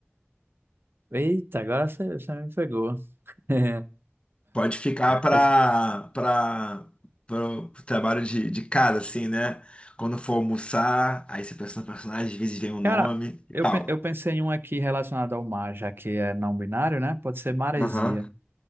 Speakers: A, on the right (about 55°); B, on the left (about 25°).
A: Eita, agora você, você me pegou. <laughs>
B: Pode ficar para
A: Mas,
B: para o trabalho de, de casa, assim, né? Quando for almoçar, aí você pensa no personagem, às vezes vem o nome
A: Cara,
B: e
A: eu,
B: tal.
A: pe- eu pensei em um aqui relacionado ao mar, já que é não binário, né? Pode ser maresia.
B: Aham.